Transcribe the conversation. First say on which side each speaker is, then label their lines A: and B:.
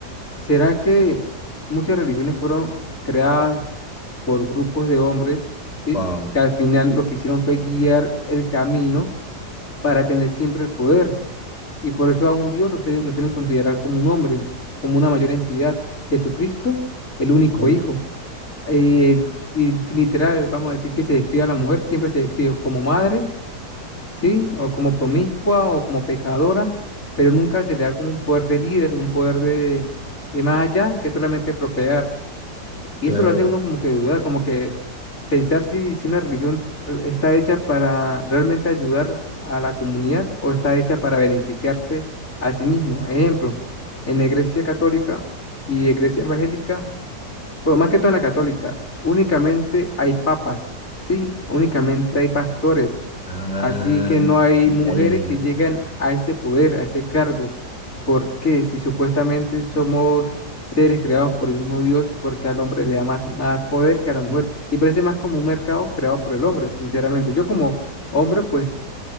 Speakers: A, on the left; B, on the left.
A: ¿Será que muchas religiones fueron creadas por grupos de hombres, ¿sí?
B: Wow.
A: Que al final lo que hicieron fue guiar el camino para tener siempre el poder. Y por eso a un Dios lo suelen, lo suelen considerar como un hombre, como una mayor entidad. Jesucristo, el único
B: Ujú,
A: hijo. Y, el, y literal, vamos a decir que se describe a la mujer, siempre se describe como madre ¿sí? O como promiscua o como pecadora, pero nunca se le da como un poder de líder, un poder de, de más allá que solamente procrear. Y
B: Claro.
A: eso lo hace uno como que dudar, como que pensar si, si una religión re- está hecha para realmente ayudar a la comunidad o está hecha para beneficiarse a sí mismo. Ejemplo, en la Iglesia Católica y Iglesia Evangélica, bueno, más que todo en la católica, únicamente hay papas, ¿sí? Únicamente hay pastores
B: Ah,
A: Así que no hay
B: ya,
A: mujeres
B: ya, ya.
A: que lleguen a ese poder, a ese cargo. ¿Por qué? Si supuestamente somos seres creados por el mismo Dios, ¿por qué al hombre le da más, más poder que a la mujer? Y parece más como un mercado creado por el hombre, sinceramente. Yo como hombre, pues